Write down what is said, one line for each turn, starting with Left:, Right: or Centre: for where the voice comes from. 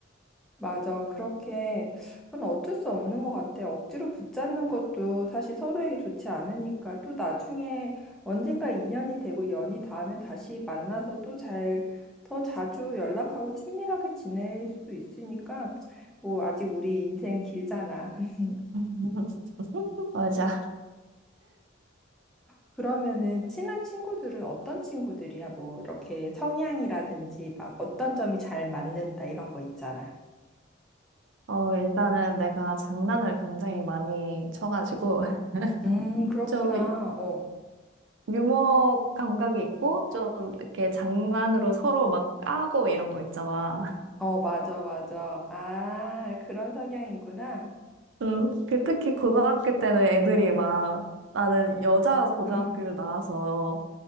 Centre: 맞아. 그렇게, 그건 어쩔 수 없는 것 같아. 억지로 붙잡는 것도 사실 서로에게 좋지 않으니까 또 나중에 언젠가 인연이 되고 연이 닿으면 다시 만나서 또 잘, 더 자주 연락하고 친밀하게 지낼 수도 있으니까 뭐 아직 우리 인생 길잖아. <laughs>
Right: <laughs> 맞아.
Centre: 그러면은 친한 친구들은 어떤 친구들이야? 뭐 이렇게 성향이라든지 막 어떤 점이 잘 맞는다 이런 거 있잖아.
Right: 어, 일단은 내가 장난을 굉장히 많이 쳐가지고, <laughs>
Centre: 음, 그렇구나.
Right: 좀
Centre: 어.
Right: 유머 감각이 있고, 좀 이렇게 장난으로 서로 막 까고 이런 거 있잖아.
Centre: 어, 맞아, 맞아. 아, 그런 성향이구나.
Right: 음, 그 특히 고등학교 때는 애들이 막, 나는 여자 고등학교를
Centre: 응,
Right: 나와서